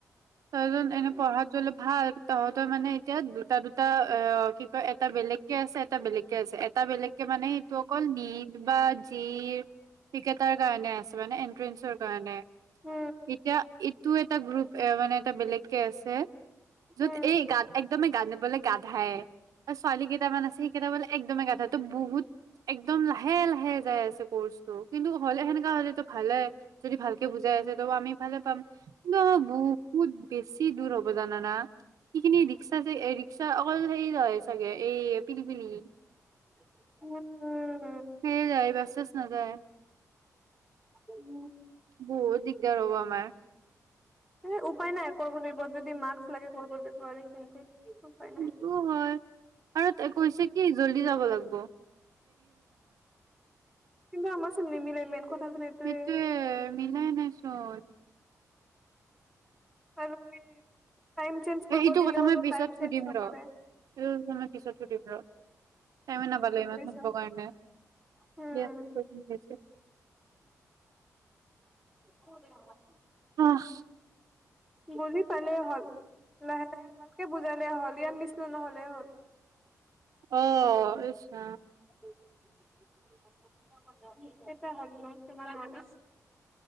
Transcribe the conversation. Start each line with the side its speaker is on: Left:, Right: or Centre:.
Right: তজন
Centre: উম
Right: এনেই পঢ়াত যলে হা তহঁতৰ মানে এতিয়া দুটা দুটা অ কি কয় এটা বেলেগকে আছে এটা বেলেগকে আছে এটা বেলেগকে মানে সটো অকল নদ বা জিৰ টিকটাৰ কাৰণে আছে মানে এনট্ৰেঞ্চৰ কাৰণে
Centre: উম উম
Right: এতিয়া ইটো এটা গ্ৰুপ এ মানে এটা বেলেগকে আছে যত
Centre: উম
Right: এই গাত একদম গানিবলে গাাধাই আৰু ছোৱালী কেইটামান আছে সেই কেইটা বলে একদমে গাাধাই ত বহুত একদম লাহে লাহে যাই আছে কৰ্চ টো কিন্তু হ'লে সেনেকা হ'লেতো ভালে যদি ভালকে বুজাই আছে ত আমি ভালে পাম কি বহুত বেছি দূৰ হ'ব জানানা সেইখিনি ৰিক্সা যে ৰিক্সা অকল হেৰি চাগে এই পিলি পিনি
Centre: উম।
Right: সেয়ে যায় বাছ চাছ নাযায়।
Centre: উ।
Right: বহু দিকদাৰ হ'ব আমাৰ।
Centre: এ' উপায় নাই কৰিব লাগিব যদি মাক্স লাগে কৰিব লাগিব আৰু কিন্তু। উপায় নাই
Right: সেইটো হয়, আৰু কৈছে কি জল্দি যাব লাগিব।
Centre: কিন্ত আমাৰ চোন নিমিলেই মেইন কথা চোন এইতোৱই।
Right: সেইটোয়ে মিলাই নাইচোন
Centre: আৰু এই। টাইম চেঞ্জ
Right: এ
Centre: কৰিব
Right: এইটো
Centre: দিলেও
Right: কথা মই পিছত
Centre: টাইম
Right: সুধিম
Centre: চেঞ্জ নকৰে।
Right: ৰ এইটো কথা মই পিছত সুধিম ৰ টাইমে নাপালো ইমান
Centre: পাইছো
Right: কাৰণে
Centre: উম
Right: বিৰাত প্ৰব্লেম হৈছে।
Centre: উম দেহাটি।
Right: আহ।
Centre: বুজি পালে হ'ল, লাহে লাহে ভালকে বুজালে হ'ল। বিয়াৰ নিচিনা নহ'লে হ'ল।
Right: আহ ইছ ৰাম।
Centre: <unintelligible> এতিয়া হ'ল ন তুমাৰ আলচ।